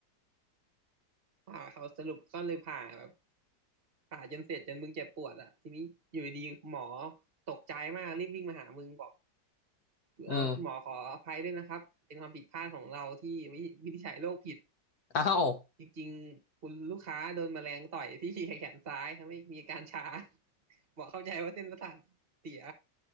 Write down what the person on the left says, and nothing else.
อืมอ้าว